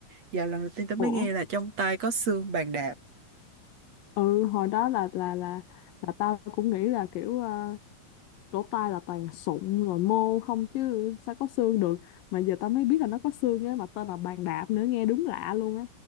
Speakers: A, on the right (about 45°); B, on the left (about 75°).
A: Giờ lần đầu tiên tao mới
B: ủa
A: nghe là trong tai có xương bàn đạp.
B: ừ hồi đó là là là là tao cũng nghĩ là kiểu ờ, lỗ tai là toàn sụn rồi mô không chứ sao có xương được mà giờ tao mới biết là nó có xương á mà tên là bàn đạp nữa nghe đúng lạ luôn á